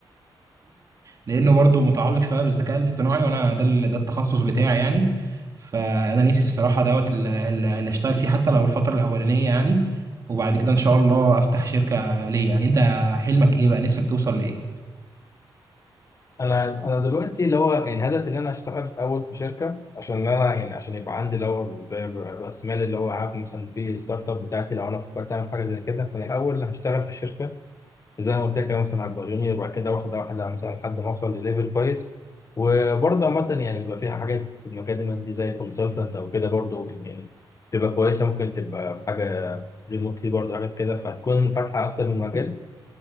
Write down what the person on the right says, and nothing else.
لانه برضو متعلق شويه بالذكاء الاصطناعي وانا ده ال- ده التخصص بتاعي يعني فانا نفسي الصراحه دوت ال- ال- اللي اشتغل فيه حتى لو الفتره الاولانيه يعني وبعد كده ان شاء الله افتح شركه ليا يعني انت حلمك ايه بقى نفسك توصل لايه